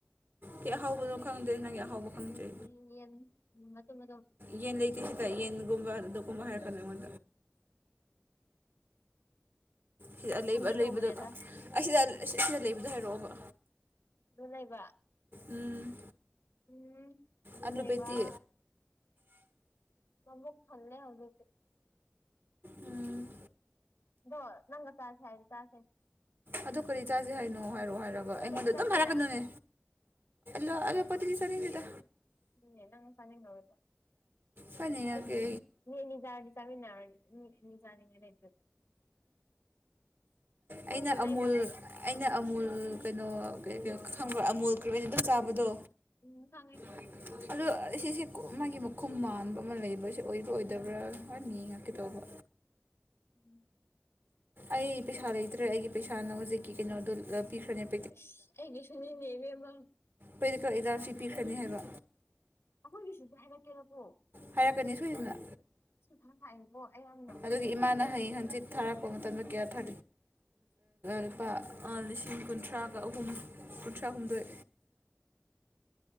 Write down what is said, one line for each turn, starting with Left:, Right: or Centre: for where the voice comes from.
Right: ꯀ ꯑꯍꯥꯎꯕꯅꯣ ꯈꯪꯗꯦ ꯅꯪꯒꯤ ꯑꯍꯥꯎꯕ ꯈꯪꯗꯦ
Left: ꯎꯝ ꯌꯦꯟ ꯃ ꯃꯗꯨ
Right: ꯌꯦꯟ ꯂꯩꯇ꯭ꯔꯤꯁꯤꯗ ꯌꯦꯟꯒꯨꯝꯕ ꯑꯗꯨꯒꯨꯝꯕ ꯍꯥꯏꯔꯛꯀꯅꯤ ꯑꯩꯉꯣꯟ ꯁꯤꯗ ꯂꯩꯕ
Left: ꯈꯪꯕꯤꯗꯧꯕꯅꯦꯗ
Right: ꯂꯩꯕꯗꯀꯣ ꯑꯁꯤꯗ ꯑꯁꯤꯗ ꯂꯩꯕꯗꯣ ꯍꯥꯏꯔꯛꯑꯣꯕ
Left: ꯅꯨꯡ ꯂꯩꯕ
Right: ꯎꯝ
Left: ꯎꯝ ꯑꯗꯨꯖ
Right: ꯑꯂꯨ
Left: ꯂꯩꯕ
Right: ꯄꯦꯇꯤ
Left: ꯃꯃꯕꯨ ꯐꯜꯦ ꯍꯧꯗꯦ
Right: ꯎꯝ
Left: ꯑꯗꯣ ꯅꯪꯒ ꯆꯥꯁꯦ ꯍꯥꯏꯗꯤ ꯆꯥꯁꯦ
Right: ꯑꯗꯨ ꯀꯔꯤ ꯆꯥꯁꯦ ꯍꯥꯏꯅꯣ ꯍꯥꯏꯔꯛꯑꯣ ꯍꯥꯏꯔꯒ
Left: ꯑꯂꯨꯄꯇꯤ
Right: ꯑꯩꯉꯣꯟꯗ ꯑꯗꯨꯝ
Left: ꯆꯥꯁꯤꯔꯣ
Right: ꯍꯥꯏꯔꯛꯀꯅꯣꯅꯦ ꯂ ꯑ ꯄꯣꯇꯤ ꯆꯅꯤꯡꯗꯦꯗ
Left: ꯗꯨꯅꯦ ꯅꯪ ꯆꯥꯅꯤꯡꯉꯔꯣꯏꯕ
Right: ꯐꯅꯤ
Left: ꯑꯗꯨꯕꯨ
Right: ꯌꯥ ꯀꯦ
Left: ꯃꯤ ꯑꯅꯤ ꯆꯥꯔꯗꯤ ꯆꯥꯃꯤꯟꯅꯔꯗꯤ ꯃꯤ ꯃꯤꯖꯥꯅꯤꯡꯉꯅꯦ ꯈꯪꯗꯦꯗ
Right: ꯑꯩꯅ ꯑꯃꯨꯜ
Left: ꯏꯃꯥꯟꯅꯕꯤ
Right: ꯑꯩꯅ ꯑꯃꯨꯜ ꯀꯩꯅꯣ ꯈꯪꯕ꯭ꯔꯣ ꯑꯃꯨꯜ ꯀ꯭ꯔꯤ ꯑꯣꯏꯅ ꯗꯨꯝ ꯆꯥꯕꯗꯣ
Left: ꯎꯝ ꯈꯪꯉꯦ
Right: <unintelligible> ꯑꯗꯣ ꯁꯤꯁꯦ ꯃꯥꯒꯤ ꯃꯈꯨꯝ ꯃꯥꯟꯕ ꯑꯃ ꯂꯩꯕꯁꯦ ꯑꯣꯏꯕ꯭ꯔꯥ ꯑꯣꯏꯗꯕ꯭ꯔꯥ ꯍꯣꯔꯦꯟ ꯌꯦꯡꯉꯥꯀꯦ ꯇꯧꯕ
Left: ꯎꯝ
Right: ꯑꯩ ꯄꯩꯁꯥ ꯂꯩꯇ꯭ꯔꯦ ꯑꯩꯒꯤ ꯄꯩꯁꯥꯅ ꯍꯧꯖꯤꯛꯀꯤ ꯀꯩꯅꯣꯗꯣ ꯄꯤꯈ꯭ꯔꯅꯦꯕ
Left: ꯑꯁ ꯑꯩꯒꯤꯁꯨꯅꯤꯅꯦ ꯏꯕꯦꯝꯃ
Right: ꯑꯩꯈꯣꯏꯗ ꯀꯛ ꯏꯖꯥ ꯐꯤ ꯄꯤꯈ꯭ꯔꯅꯤ ꯍꯥꯏꯕ
Left: ꯑꯩꯈꯣꯏꯒꯤꯁꯨꯗ ꯍꯥꯏꯔꯛꯀꯦꯔꯀꯣ
Right: ꯍꯥꯏꯔꯛꯀꯅꯤ ꯁꯣꯏꯗꯅ
Left: ꯁꯤ ꯊꯥꯡ ꯉꯥꯏꯕꯣ ꯑꯌꯥꯝꯅ
Right: ꯑꯗꯨꯒꯤ ꯏꯃꯥꯅ ꯍꯌꯦꯡ ꯍꯪꯆꯤꯠ ꯊꯥꯔꯛꯄ ꯃꯇꯝꯗ ꯀꯌꯥ ꯊꯥ ꯂꯨꯄꯥ ꯂꯤꯁꯤꯡ ꯀꯨꯟꯊ꯭ꯔꯥꯒ ꯑꯍꯨꯝ ꯀꯨꯟꯊ꯭ꯔꯥꯍꯨꯝꯗꯣꯏ